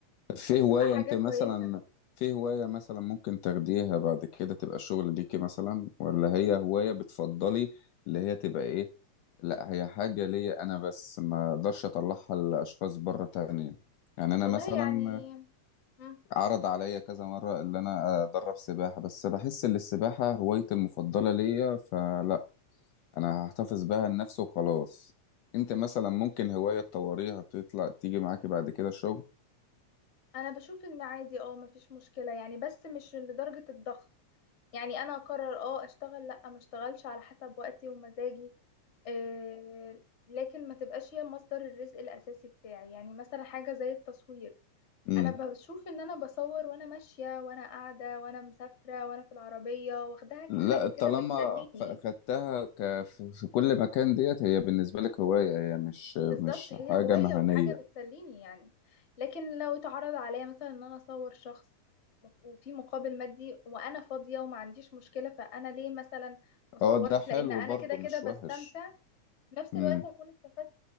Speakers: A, on the left (about 70°); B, on the left (about 30°).
A: في
B: فبتبقى
A: هواية
B: حاجه
A: انت
B: كويسه
A: مثلا في هواية مثلا ممكن تاخديها بعد كده تبقى شغل ليكي مثلا ولا هي هواية بتفضلي اللي هي تبقى ايه لا هي حاجة ليا انا بس ما اقدرش اطلعها لاشخاص بره تانية يعني انا
B: والله
A: مثلا
B: يعني مم.
A: عرض عليا كذا مرة اللي انا ادرب سباحة بس بحس ان السباحة هوايتي المفضلة ليا فلا انا هحتفظ بها لنفسي وخلاص انت مثلا ممكن هواية تطوريها تطلع تيجي معاكي بعد كده شغل
B: انا بشوف ان عادي اه مفيش مشكلة يعني بس مش لدرجة الضغط يعني انا اقرر اه اشتغل لا ما اشتغلش على حسب وقتي ومزاجي آه لكن ما تبقاش هي مصدر الرزق الاساسي بتاعي يعني مثلا حاجة زي التصوير
A: امم
B: انا بشوف ان انا بصور وانا ماشية وانا قاعدة وانا مسافرة وانا في العربية واخداها كحاجة
A: لا طالما
B: كده بتسليني
A: خ- خدتها ك... في في كل مكان ديت هي بالنسبة لك هواية هي مش
B: بالظبط
A: مش
B: هي
A: حاجة
B: هواية
A: مهنية
B: وحاجة بتسليني يعني لكن لو اتعرض عليا مثلا ان انا اصور شخص م- وفي مقابل مادي وانا فاضية وما عنديش مشكلة فانا ليه مثلا ما اصورش
A: اه ده حلو
B: لان انا
A: برضو
B: كده كده
A: مش
B: بستمتع
A: وحش
B: في نفس
A: مم.
B: الوقت هكون استفدت